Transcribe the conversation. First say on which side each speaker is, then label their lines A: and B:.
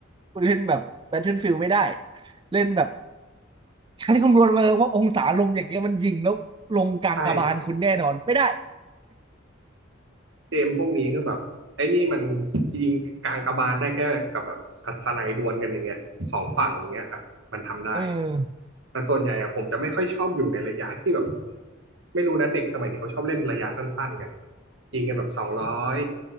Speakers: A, on the right; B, on the right.
A: คุณเล่นแบบ Battlefield ไม่ได้เล่นแบบใช้คำนวณมาเลยว่าองศาลมอย่างเงี้ยมันยิงแล้วลงกลางกระบาลคุณแน่นอนไม่ได้
B: ใช่เกมพวกนี้คือแบบไอ้นี่มันยิงกลางกระบาลได้แค่กับแบบอัศนัยดวลกันอย่างเงี้ยสองฝั่งอย่างเงี้ยครับมันทำได้
A: เออ
B: แต่ส่วนใหญ่อะผมจะไม่ค่อยชอบอยู่ในระยะที่แบบไม่รู้นะเด็กสมัยนี้เขาชอบเล่นระยะสั้นๆกันยิงกันแบบสองร้อย